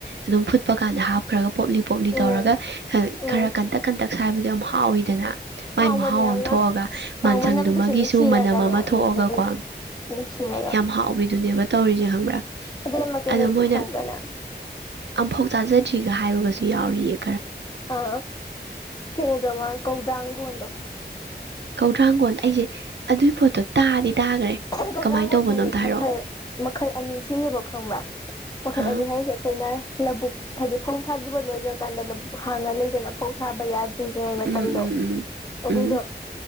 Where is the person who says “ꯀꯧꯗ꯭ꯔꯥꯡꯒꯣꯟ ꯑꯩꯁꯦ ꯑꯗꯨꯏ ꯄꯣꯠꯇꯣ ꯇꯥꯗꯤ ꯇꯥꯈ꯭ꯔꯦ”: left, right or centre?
Right